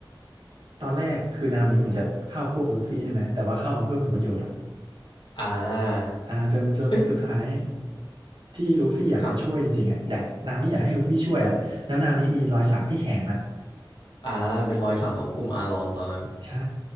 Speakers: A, on the right; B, on the left.
A: ตอนแรกคือนามิเหมือนจะเข้าพวกลูฟี่ใช่ไหมแต่ว่าเข้ามาเพื่อผลประโยชน์อ่ะ
B: อ่า
A: อ่าจนจนสุดท้าย
B: เฮ้ย
A: ที่ลูฟี่อยากจะช่วยจริงๆอ่ะอยากนามิอยากให้ลูฟี่ช่วยอ่ะแล้วนามิมีรอยสักที่แขนอ่ะ
B: ครับอ่าเป็นรอยสักของกลุ่มอาลองตอนนั้น
A: ใช่